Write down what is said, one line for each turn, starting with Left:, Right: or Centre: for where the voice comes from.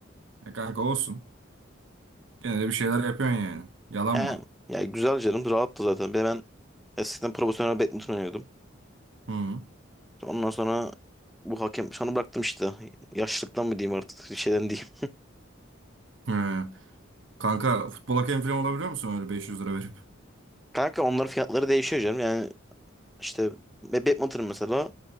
Right: Ya kanka olsun. Gene de bir şeyler yapıyorsun yani. Yalan
Centre: Yani,
Right: mı?
Centre: ya güzel canım. Rahattı zaten. Bir de ben eskiden profesyonel badminton oynuyordum.
Right: Hı.
Centre: Ondan sonra bu hakem sonra bıraktım işte. Yaşlılıktan mı diyeyim artık şeyden diyeyim.
Right: He. Kanka futbol hakemi falan olabiliyor musun öyle 500 lira verip?
Centre: <laughs> Kanka onların fiyatları değişiyor canım. Yani işte ve badminton mesela